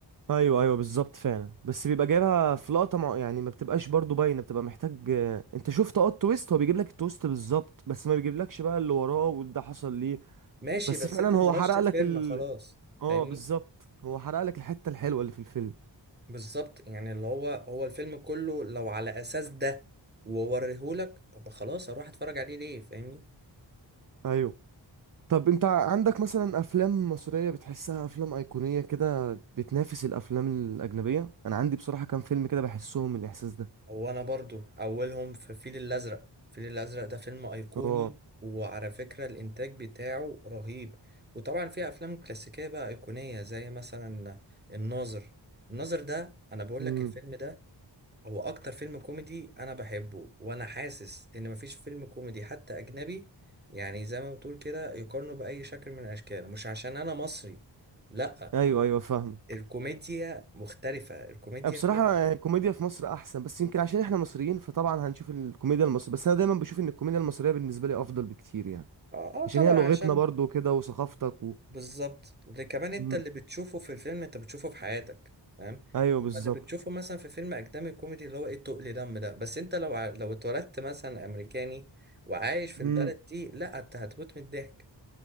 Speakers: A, on the right; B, on the right.
A: ايوه ايوه بالظبط فعلا بس بيبقى جايبها في لقطه مع... يعني ما بتبقاش برضو باينه بتبقى محتاج آه، انت شفت اه التويست هو بيجيب لك التويست بالظبط بس ما بيجيبلكش بقى اللي وراه وده حصل ليه
B: ماشي
A: بس
B: بس
A: فعلا
B: انت
A: هو
B: هرشت
A: حرق
B: الفيلم
A: لك
B: خلاص
A: اه
B: فاهمني
A: بالظبط هو حرق لك الحتة الحلوة اللي في الفيلم
B: بالظبط يعني اللي هو هو الفيلم كله لو على اساس ده ووريهولك طب خلاص اروح اتفرج عليه ليه فاهمني
A: ايوه طب انت عندك مثلا افلام مصرية بتحسها افلام ايقونية كده بتنافس الافلام الاجنبية انا عندي بصراحة كام فيلم كده بحسهم الاحساس ده
B: هو انا برضو اولهم في الفيل الازرق الفيل الازرق ده فيلم ايقوني
A: اه
B: وعلى فكرة الانتاج بتاعه رهيب وطبعا في افلام كلاسيكية بقى ايقونية زي مثلا الناظر الناظر ده انا بقول
A: امم
B: لك الفيلم ده هو اكتر فيلم كوميدي انا بحبه وانا حاسس ان مفيش فيلم كوميدي حتى اجنبي يعني زي ما بتقول كده يقارنه باي شكل من الاشكال مش عشان انا مصري لا
A: ايوه ايوه فاهمة
B: الكوميديا مختلفة الكوميديا
A: بصراحة
B: فيها
A: يعني الكوميديا في مصر احسن بس يمكن عشان احنا مصريين فطبعا هنشوف الكوميديا المصرية بس انا دايما بشوف ان الكوميديا المصرية بالنسبة لي افضل بكتير يعني
B: اه آه
A: عشان
B: طبعا
A: هي لغتنا
B: عشان
A: برضو كده وثقافتك و...
B: بالظبط ده كمان انت
A: مم.
B: اللي بتشوفه في الفيلم انت بتشوفه في حياتك فاهم
A: ايوه
B: اما
A: بالظبط
B: اللي بتشوفه مثلا في فيلم اجنبي كوميدي اللي هو ايه تقل دم ده بس انت لو ع- لو اتولدت مثلا امريكاني وعايش في
A: مم.
B: البلد دي لا انت هتموت من الضحك